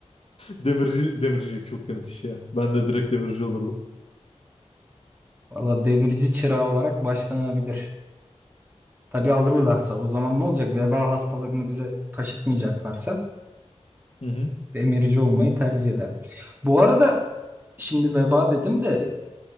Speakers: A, on the left; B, on the right.
A: Demirci, demircilik çok temiz iş ya. Ben de direkt demirci olurdum.
B: Valla demirci çırağı olarak başlanabilir. Tabii alırlarsa o zaman ne olacak? Veba hastalarını bize taşıtmayacaklarsa
A: Hı hı.
B: demirci olmayı tercih ederdim. Bu arada şimdi veba dedim de